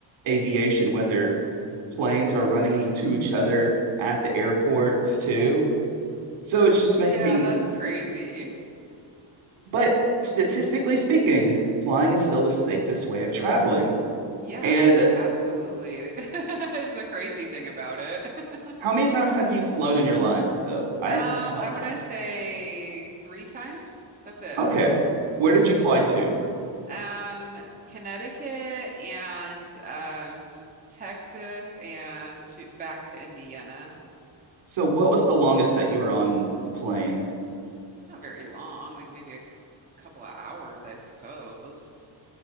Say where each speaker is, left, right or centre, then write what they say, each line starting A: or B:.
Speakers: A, on the right; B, on the right.
A: aviation, whether planes are running into each other at the airports too. So it's just making,
B: Yeah, that's crazy.
A: but statistically speaking, flying is still the safest way of traveling
B: Yeah,
A: And
B: absolutely. <laughs> Is the crazy thing about it. <laughs>
A: how many times have you flown in your life, though? I
B: Um,
A: I like
B: I want
A: to ask.
B: to say three times. That's it.
A: Okay, where did you fly to?
B: Um, Connecticut and um to Texas and to back to Indiana.
A: So what was the longest that you were on the plane?
B: Not very long, like maybe a couple of hours, I suppose.